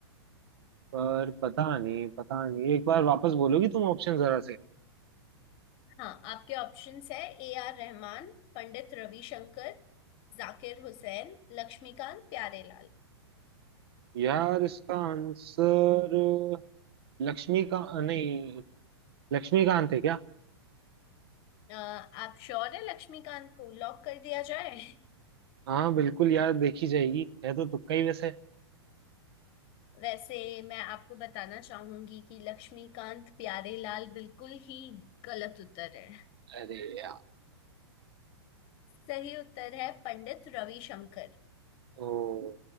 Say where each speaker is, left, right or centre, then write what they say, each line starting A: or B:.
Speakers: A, on the right; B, on the left.
A: पर पता नहीं पता नहीं एक बार वापस बोलोगी तुम ऑप्शन जरा से
B: हाँ आपके ऑप्शंस है ए आर रहमान पंडित रविशंकर जाकिर हुसैन लक्ष्मीकांत प्यारेलाल
A: यार इसका आंसर लक्ष्मी का नहीं लक्ष्मीकांत है क्या
B: अ, आप श्योर है लक्ष्मीकांत को लॉक कर दिया जाए <laughs>
A: हाँ बिल्कुल यार देखी जाएगी है तो तुक्का ही वैसे
B: वैसे मैं आपको बताना चाहूंगी कि लक्ष्मीकांत प्यारेलाल बिल्कुल ही गलत उत्तर है
A: अरे यार
B: सही उत्तर है पंडित रविशंकर
A: ओ